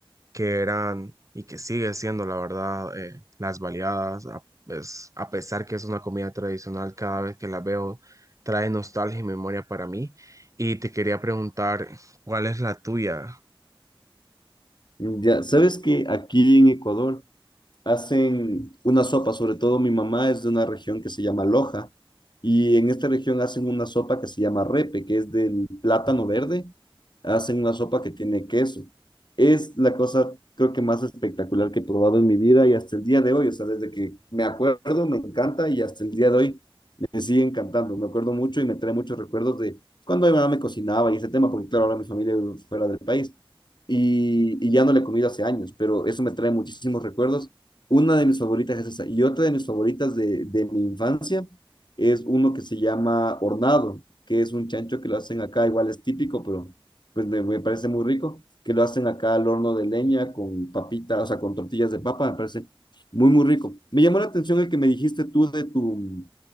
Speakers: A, on the right; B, on the left.
A: que eran y que sigue siendo, la verdad, eh, las baleadas. A, es- a pesar que es una comida tradicional, cada vez que la veo trae nostalgia y memoria para mí. Y te quería preguntar, ¿cuál es la tuya?
B: Ya, sabes que aquí en Ecuador hacen una sopa, sobre todo mi mamá es de una región que se llama Loja, y en esta región hacen una sopa que se llama repe, que es del plátano verde, hacen una sopa que tiene queso. Es la cosa, creo que más espectacular que he probado en mi vida y hasta el día de hoy, o sea, desde que me acuerdo, me encanta y hasta el día de hoy me sigue encantando, me acuerdo mucho y me trae muchos recuerdos de cuando mi mamá me cocinaba y ese tema, porque claro, ahora mi familia vive fuera del país y, y ya no le he comido hace años, pero eso me trae muchísimos recuerdos. Una de mis favoritas es esa y otra de mis favoritas de, de mi infancia es uno que se llama hornado, que es un chancho que lo hacen acá, igual es típico, pero pues me, me parece muy rico, que lo hacen acá al horno de leña con papitas, o sea, con tortillas de papa, me parece muy, muy rico. Me llamó la atención el que me dijiste tú de tu,